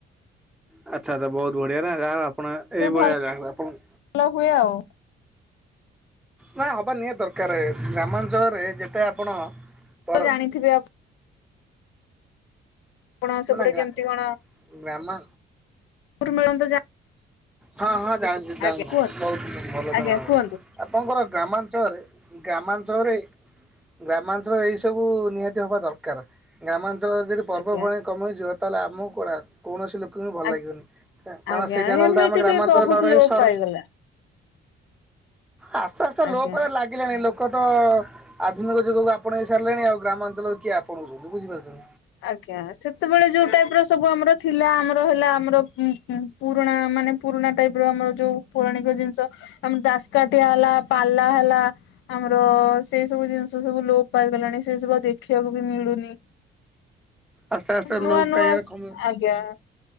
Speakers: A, in the centre; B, on the left.
A: ଆଚ୍ଛା ଆଚ୍ଛା। ବହୁତ ବଢିଆ ନା ଯାହା ହଉ ଆପଣ
B: ସବୁ
A: ଏଇଭଳିଆ
B: ଭଲ
A: ଗାଁ କୁ ଆପଣ
B: ଭଲ ହୁଏ ଆଉ।
A: ନା ହବା ନିହାତି ଦରକାର। ଗ୍ରାମାଞ୍ଚଳରେ ଯେତେ ଆପଣ ପର
B: ତ ଜାଣିଥିବେ ଆପ ଆପଣ ସେପଟେ
A: ନା ଗ୍ରା
B: କେମିତି କଣ
A: ଗ୍ରାମା
B: ମେଳନ ତ
A: ହଁ ହଁ ଜାଣିଚି ଜାଣିଚି
B: ଆଜ୍ଞା କୁହନ୍ତୁ।
A: ବହୁତ ଭଲ
B: ଆଜ୍ଞା
A: ଆପଣଙ୍କର
B: କୁହନ୍ତୁ
A: ଗ୍ରାମାଞ୍ଚଳରେ ଗ୍ରାମାଞ୍ଚଳରେ ଗ୍ରାମାଞ୍ଚଳ ଏଇ ସବୁ ନିହାତି ହବା ଦରକାର। ଗ୍ରାମାଞ୍ଚଳ ଯେହେ ପର୍ବପର୍ବାଣି
B: ଆଜ୍ଞା
A: କମିଯିବ ତାହାଲେ ଆମକୁ କଣ କୌଣସି ଲୋକଙ୍କୁ ବି ଭଲ
B: ଆ
A: ଲାଗିବନି କାରଣ
B: ଆଜ୍ଞା
A: ସେଇଦା ନହେଲେ
B: ଏମିତି
A: ତ ଆମ ଗ୍ରାମାଞ୍ଚଳରେ
B: ବି ବହୁତ
A: ନ ରହି
B: ଲୋପ
A: ସହର।
B: ପାଇଗଲା। <inaudible>
A: ଆସ୍ତେ ଆସ୍ତେ
B: ଆଜ୍ଞା
A: ଲୋ ପୟ ଲାଗିଲାଣି ଲୋକ ତ ଆଧୁନିକ ଯୁଗକୁ ଆପଣ ହେଇ ସାରିଲେଣି। ଆଉ ଗ୍ରାମାଞ୍ଚଳରେ କିଏ ଆପଣଉଛନ୍ତି, ବୁଝିପାରୁଛନ୍ତି?
B: ଆଜ୍ଞା ସେତେବେଳେ ଯୋଉ ଟାଇପର ସବୁ ଆମର ଥିଲା ଆମର ହେଲା ଆମର ଉଁ ଉଁ ପୁରୁଣା ମାନେ ପୁରୁଣା ଟାଇପର ଆମର ଯୋଉ ପୌରାଣିକ ଜିନିଷ ଆମ ଦାସକାଠିଆ ହେଲା ପାଲା ହେଲା ଆମର ସେଇ ସବୁ ଜିନିଷ ସବୁ ଲୋପ ପାଇଗଲାଣି। ସେଇ ସବୁ ଆଉ ଦେଖିବାକୁ ବି ମିଳୁନି।
A: ଆସ୍ତେ ଆସ୍ତେ
B: ନୂଆ
A: ଲୋପ
B: ନୂଆ
A: ପାଇବାରେ କମି
B: ଆଜ୍ଞା।